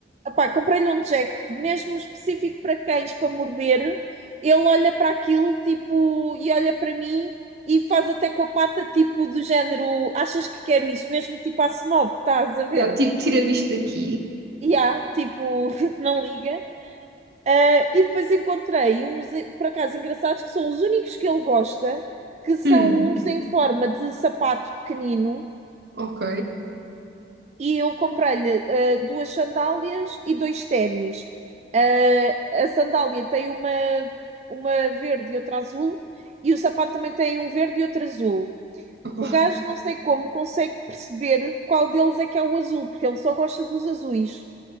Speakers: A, on the right (about 35°); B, on the right (about 65°).
A: Epá, comprei-lhe um Jack, mesmo específico para cães, para morder. Ele olha para aquilo, tipo, e olha para mim e faz até com a pata, tipo, do género: achas que quero isso Mesmo tipo à snob, estás a ver?
B: Yeah, tipo, tira-me isto daqui.
A: E há, tipo, <laughs> não liga. Ah, e depois encontrei uns, por acaso, engraçados, que são os únicos que ele gosta, que são
B: Hum,
A: uns em forma de sapato pequenino.
B: ok.
A: E eu comprei-lhe ah, duas sandálias e dois ténis. Ah, a sandália tem uma, uma verde e outra azul, e o sapato também tem um verde e outro azul.
B: Opa.
A: O gajo não sei como consegue perceber qual deles é que é o azul, porque ele só gosta dos azuis.